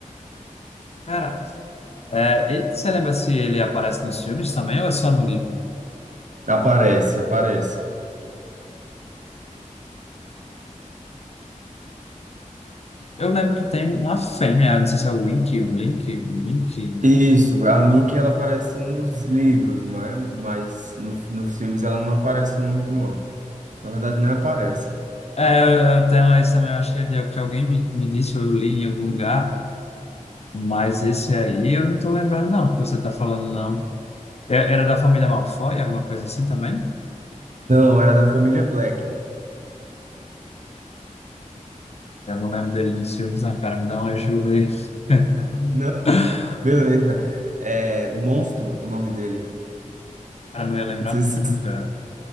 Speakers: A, on the left (about 50°); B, on the right (about 65°).
A: Cara, é, ele, você lembra se ele aparece nos filmes também ou é só no livro?
B: Aparece, aparece.
A: Eu lembro que tem uma fêmea, não sei se é o Wink, Link, Wink.
B: Isso, a Mickey ela aparece nos livros, né? Mas no, nos filmes ela não aparece muito, não. Na verdade, não aparece.
A: É, eu tenho esse também, eu acho que, é de- que alguém me, me disse, ou eu li em algum lugar, mas esse aí eu não tô lembrando, não, que você tá falando, não. É- Era da família Malfoy, alguma coisa assim também?
B: Não, era da família Black.
A: Eu não lembro dele nos filmes, não, cara, me dá uma ajuda aí. <laughs>
B: Não, <laughs> beleza. É Monstro o nome dele.
A: Cara, não ia lembrar
B: Não sei
A: nunca.
B: se